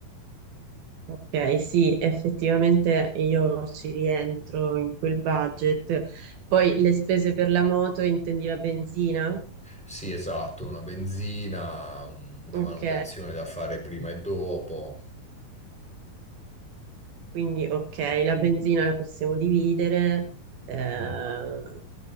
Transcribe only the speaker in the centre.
Sì, esatto, una benzina, un- una
manutenzione da fare prima e dopo.
Mm.